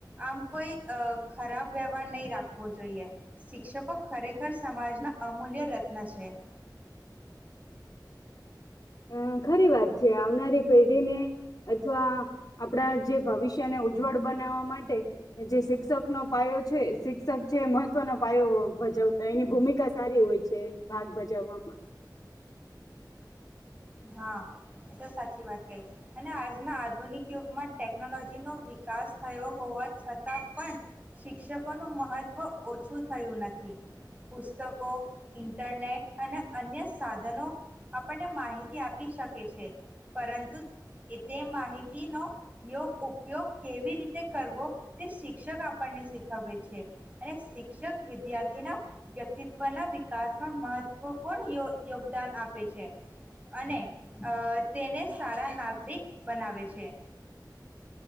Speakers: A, on the right (about 20°); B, on the left (about 45°).
A: આમ કોઈ અ ખરાબ વ્યવહાર નહી રાખવો જોઈએ. શિક્ષકો ખરેખર સમાજના અમૂલ્ય રત્ન છે. <inaudible>
B: અં ખરી વાત છે. આવનારી પેઢીને અથવા આપણા જે ભવિષ્યને ઉજ્જવળ બનાવવા માટે જે શિક્ષકનો પાયો છે. શિક્ષક છે મહત્વનો પાયો ભજવતા. એની ભૂમિકા સારી હોય છે ભાગ ભજવવામાં.
A: હાં એ તો સાચી વાત કેય. અને આજના આધુનિક યુગમાં ટેકનોલોજી નો વિકાસ થયો હોવા છતાં પણ શિક્ષકોનું મહત્વ ઓછું થયું નથી. પુસ્તકો, ઇન્ટરનેટ અને અન્ય સાધનો આપણને માહિતી આપી શકે છે. પરંતુ એ તે માહિતીનો યોગ ઉપયોગ કેવી રીતે કરવો, તે શિક્ષક આપણને શીખવવે છે અને શિક્ષક વિદ્યાર્થીના વ્યક્તિત્વના વિકાસમાં મહત્વપૂર્ણ યો યોગદાન આપ પે છે. અને અ તેને સારા નાગરિક બનાવે છે.